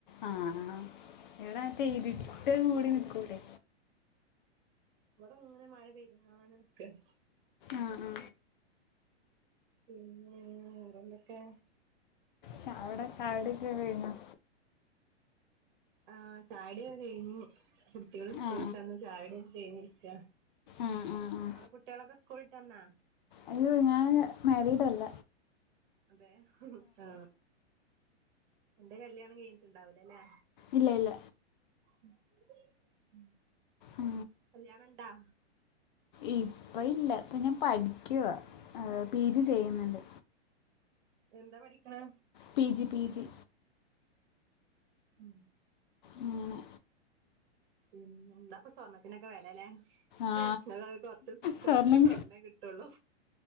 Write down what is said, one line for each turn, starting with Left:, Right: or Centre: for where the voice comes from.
Left: ആഹ് ആഹ് ഇവിടെ പെയ്തിട്ട് കൂടി നിക്കൂലെ
Right: ഇവടെങ്ങനെ മഴ പെയ്ത്‌ ങ്ങാണ്ട് നിക്കാണ്.
Left: ആ ആ
Right: പിന്നെ വേറെന്തൊക്കെ
Left: ചാവ്ടെ ചായുടിക്കെ കയ്ഞ്ഞോ?
Right: ആ ചായുടി ഒക്കെ കഴിഞ്ഞ്. കുട്ടിയേള് സ്കൂള്
Left: ആ
Right: ട്ടന്ന് ചായുടിഒക്കെ കഴിന്നി രിക്ക
Left: ആഹ് ആഹ് ആഹ്
Right: അവ്ടെ കുട്ടിയോളക്കെ സ്ക്കൂള്ട്ടന്നോ?
Left: അയ്യോ ഞാന് മേരീഡല്ല
Right: അതെ, ആ അന്റെ കല്ല്യാണം കഴിഞ്ഞിട്ടണ്ടാവൂലല്ലേ
Left: ഇല്ല ഇല്ല
Right: ഉം ഉം
Left: ആ
Right: കല്യാണംണ്ടോ?
Left: ഇപ്പ ഇല്ല പിന്നെ പഠിക്കുവ പി ജി ചെയ്യുന്നുണ്ട്.
Right: എന്താ പഠിക്കണ്.
Left: പി ജി പ പി ജി.
Right: ഉം.
Left: ങ്ങനെ.
Right: പിന്നെ എന്താപ്പൊ സ്വർണ്ണത്തിനൊക്കെ വിലല്ലോ? <unintelligible>
Left: ആ
Right: കൊറച്ച്
Left: സ്വർണം
Right: കൊറച്ച് സ്വർണ്ണേ കിട്ടുള്ളൂ.